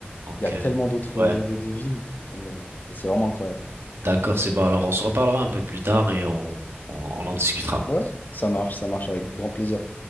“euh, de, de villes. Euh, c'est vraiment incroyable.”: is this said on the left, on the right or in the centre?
Left